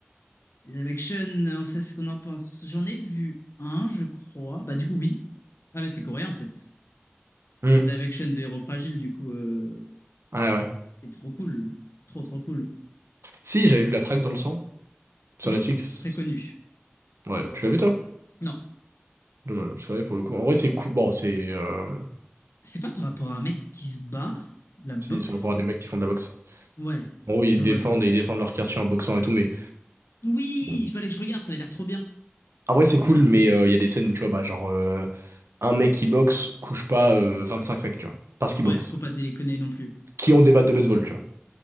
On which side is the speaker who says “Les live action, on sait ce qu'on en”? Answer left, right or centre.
Left